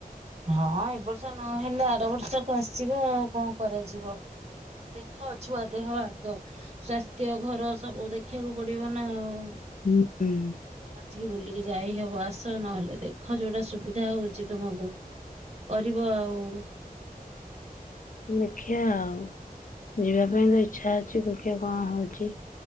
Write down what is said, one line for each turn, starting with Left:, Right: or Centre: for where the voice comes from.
Right: ହଁ ଏ ବର୍ଷ ନହଲେ ଆର ବର୍ଷକୁ ଆସିବା ଆଉ କଣ କରାଯିବ ଦେଖ ଛୁଆ ଦେହ ଆଗ ସ୍ୱାସ୍ଥ୍ୟ ଘର ସବୁ ଦେଖିବାକୁ ପଡିବ ନା ଆଉ
Left: ହୁଁ ହୁଁ
Right: ଚି ବୁଲିକି ଯାଇ ହବ ଆସ ନହେଲେ ଦେଖ ଯୋଉଟା ସୁବିଧା ହଉଚି ତୁମକୁ କରିବ ଆଉ।
Left: ଦେଖିିଆ ଆଉ ଯିବା ପାଇଁ ତ ଇଚ୍ଛା ଅଛି। ଦେଖିଆ କଣ ହଉଚି